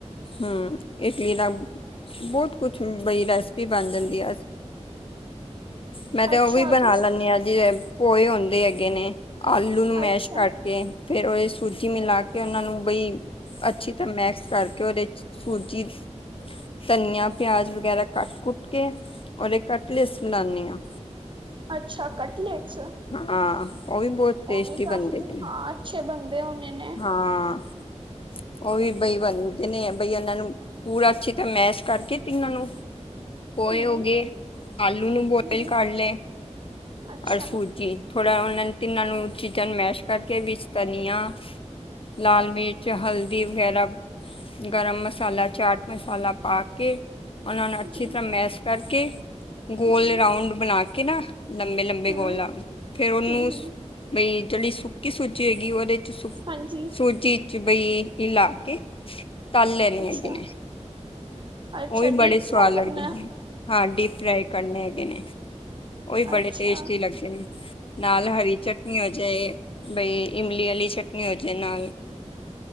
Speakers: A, on the left (about 50°); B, on the right (about 45°).
A: ਹੂ ਇੱਕ ਲੀਲਾ। ਬਹੁਤ ਕੁਛ ਬਈ ਰੈਸਪੀ ਬਣ ਜਾਂਦੀ ਹੈ। ਮੈਂ ਤੇ
B: ਅੱਛਾ
A: ਉਹ ਵੀ ਬਣਾ
B: ਤੁਸੀਂ
A: ਲੈਂਦੀ ਹਾਂ, ਜੇ ਭੋਏ ਹੁੰਦੇ ਹੈਗੇ ਨੇ ਆਲੂ ਨੂੰ ਮੈਸ਼
B: ਅੱਛਾ
A: ਕਰਕੇ ਫੇਰ ਉਹ ਸੂਜੀ ਮਿਲਾ ਕੇ, ਉਹਨਾਂ ਨੂੰ ਬਈ ਅੱਛੀ ਤਰ੍ਹਾਂ ਮੈਕਸ ਕਰ। ਘਿਓ ਦੇ ਵਿੱਚ ਸੂਜੀ ਧਨੀਆ ਪਿਆਜ ਵਗੈਰਾ, ਕੱਟ-ਕੁੱਟ ਕੇ ਔਰ ਇਹ ਕੱਟ ਲਸ ਬਨਾਦੀ ਹਾਂ।
B: ਅੱਛਾ ਕਟਲੇਟਸ,
A: ਹਾਂ ਉਹ ਵੀ ਬਹੁਤ। ਟੇਸਟੀ
B: ਉਹ ਵੀ
A: ਬਣਦੇ
B: ਕਾਫ਼ੀ
A: ਨੇ
B: ਹਾਂ ਅੱਛੇ ਬੰਦੇ ਹੋਣੇ ਨੇ
A: ਹਾਂ ਉਹ ਵੀ ਬਈ ਬਣਦੇ ਨੇ ਬਈ ਉਹਨਾਂ ਨੂੰ ਪੂਰਾ ਅੱਛੀ, ਤਾਂ ਮੈਸ਼ ਕਰਕੇ ਤਿੰਨਾਂ ਨੂੰ ਪਏ
B: ਹਮ
A: ਹੋ ਗਏ, ਆਲੂ ਨੂੰ ਬੋਇਲ
B: ਜੀ
A: ਕਰ ਲਏ
B: ਅੱਛਾ
A: ਸੂਜੀ ਥੋੜਾ, ਉਹਨਾਂ ਨੇ ਤਿੰਨਾਂ ਨੂੰ ਚੀਜ਼ਾਂ ਨੂੰ ਮੈਸ਼ ਕਰਕੇ ਵਿੱਚ ਧਨੀਆ ਲਾਲ ਮਿਰਚ ਹਲਦੀ ਵਗੈਰਾ ਗਰਮ-ਮਸਾਲਾ ਚਾਟ ਮਸਾਲਾ ਪਾ ਕੇ ਉਹਨਾਂ ਨੂੰ ਅੱਛੀ
B: ਜੀ
A: ਤਰ੍ਹਾਂ ਮੈਸ਼ ਕਰਕੇ, ਗੋਲ
B: ਜੀ
A: ਰਾਊਂਡ ਬਣਾ ਕੇ ਨਾ ਲੰਬੇ-ਲੰਬੇ
B: ਹਮ
A: ਗੋਲਾਂ ਫੇਰ ਉਹਨੂੰ
B: ਹਮ ਹਮ
A: ਬਈ ਜਿਹੜੀ ਸੁੱਕੀ ਸੂਜੀ ਹੈਗੀ, ਉਹਦੇ ਚ ਸੁ
B: ਹਾਂਜੀ।
A: ਸੂਜੀ ਚ ਬਈ ਇਲਾ ਕੇ ਤਲ ਲੈਣੀ
B: ਅੱਛਾ
A: ਹੈਗੇ ਨੇ,
B: ਅੱਛਾ
A: ਉਹ ਵੀ
B: ਡੀਪ
A: ਬੜੇ ਸਵਾਦ
B: ਫਰਾਈ ਕਰਨਾ
A: ਲੱਗਦੇ ਹਨ। ਹਾਂ ਡੀਪ ਫਰਾਈ ਕਰਨੇ ਹੈਗੇ, ਨੇ ਉਹਹੀ
B: ਅੱਛਾ
A: ਬੜੇ ਟੇਸਟੀ ਲੱਗਦੇ ਨੇ ਨਾਲ ਹਰੀ ਚਟਨੀ ਹੋ ਜਾਏ, ਬਈ ਇਮਲੀ ਵਾਲੀ ਚਟਨੀ ਹੋ ਜਾਏ ਨਾਲ